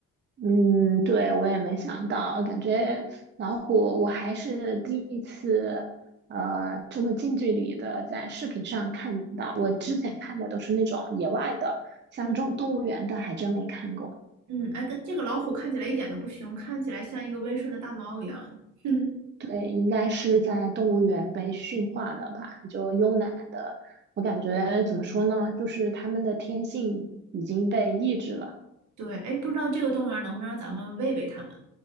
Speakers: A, on the right; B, on the right.
A: 嗯，对，我也没想到，感觉老虎，我还是第一次，呃，这么近距离的在视频上看到。我之前看的都是那种野外的，像这种动物园的还真没看过。
B: 嗯嗯，哎，跟这个老虎看起来一点都不凶，看起来像一个温顺的大猫一样。<laughs> 哼哼，
A: 对，应该是在动物园被驯化了吧？就慵懒的，我感觉怎么说呢，就是它们的天性已经被抑制了，
B: 对，哎，不知道这个动物园能不能让咱们喂喂它们？